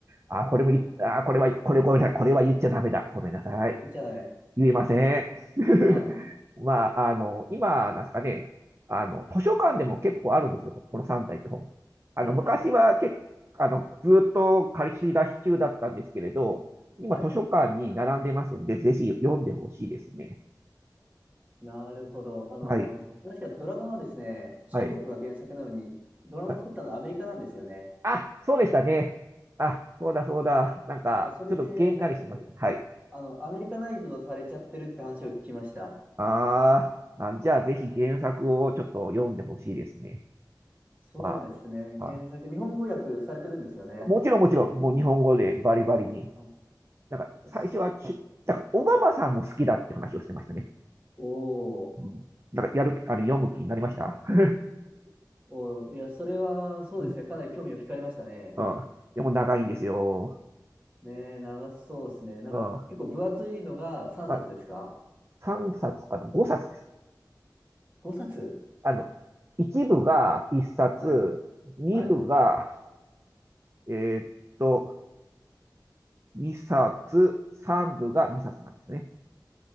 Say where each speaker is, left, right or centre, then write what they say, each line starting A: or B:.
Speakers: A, on the right; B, on the right.
A: あ、これもい、
B: あ、はい。
A: あ、これは、これ、これ、これは言っちゃダメだ。ごめんなさい。
B: 言っちゃダメ。
A: 言えません。<laughs>
B: はい。
A: まあ、あの、今、なんですかね、あの、図書館でも結構あるんですよ、この3体って本。あの、
B: はい、
A: 昔は結あの、
B: はい。
A: ずっと借り出し中だったんですけれど、今図書館に並んでますんで、
B: はい。
A: ぜひ読んでほしいですね。
B: なるほど。あの、
A: はい。
B: 確かドラマはですね、中国が原作なのに、
A: はい。
B: ドラマを作ったのはアメリカなんですよね。
A: はいあ、そうでしたね。あ、そうだそうだ。なんか、
B: そうそれで、
A: ちょっとげんなりしました。
B: なんか結構、
A: はい。
B: あの、アメリカナイズドされちゃってるって話を聞きました。
A: あーあ、じゃあぜひ原作をちょっと読んでほしいですね。
B: そうですね。
A: まあ、あ
B: 原作、日本語訳されてるんですよね。
A: もちろんもちろん、もう日本語でバリバリに。
B: あ、
A: なんか最初はちだからオバマさんも好きだって話をしてましたね。
B: です。おー
A: うん。なんかやる、あの、読む気になりました <laughs>
B: おー、いや、それは、そうですね。
A: うん。
B: かなり興味を惹かれましたね。
A: うん。でも長いんですよ。
B: ねえ、長そうですね。なんか、
A: うん。ま
B: 結構分厚いのが3冊ですか
A: あ、3冊かな ?5 冊です。
B: ?5 冊
A: あの、1部が1冊、
B: はい。
A: 2部が、
B: はい。
A: えーっと、2冊、3部が2冊なんですね。